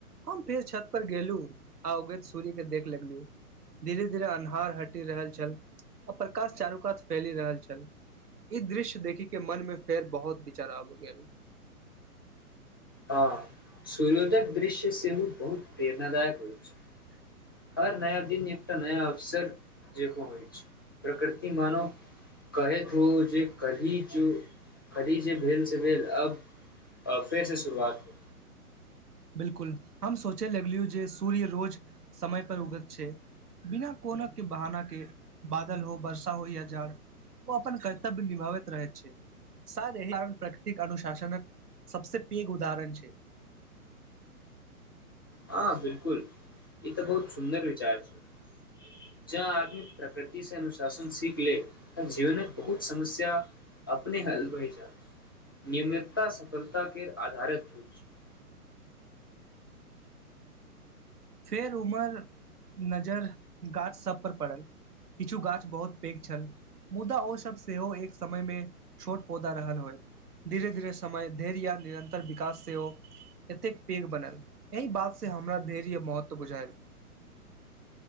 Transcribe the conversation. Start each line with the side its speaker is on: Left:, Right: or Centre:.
Right: हम फेर छत पर गेलु आ उगैत सूर्य कऽ देख लगलु धीरे धीरे अन्हार हटि रहल छल आ प्रकाश चारू कात फैलि रहल छल ई दृश्य देखिक के मन मे फेर बहुत विचार आब गेल
Left: हँ सूर्योदय दृश्य सेहो बहुत प्रेरण दायक होइ छै हर नया दिन एकटा नया अवसर जेका हो अछि प्रकृति मनो कहैत हो जे कली जो कली जे भेल से भेल अब अब फेरसँ शुरुआत हो
Right: बिल्कुल हम सोचे लगलियू जे सूर्य रोज समय पर उगत छै बिना कोना के बहाना के बादल हो वर्षा हो या जाड़ ओ अपन कर्तव्य निभावैत रहै छै शायद प्रकृतिक अनुशासन सबसँ पेघ उदाहरण छै
Left: हँ बिल्कुल ई तऽ बहुत सुंन्दर विचार छै जो आदमी प्रकृति से अनुशासन सीख ले तऽ जीवन बहुत समस्या अपने हल बहि जाइत नियमितता सफलता के आधारित होइ छै
Right: फेर उमर नजर गाछ सब पर पड़ल किछु गाछ बहुत पैघ छल मुदा ओ सब सेहो एक समय मे छोट पौधा रहल होयत धीरे धीरे समय धैर्य या निरन्तर विकास सेहो एतेक पेघ बनल एहि बात सऽ हमरा धैर्य महत्व बुझायल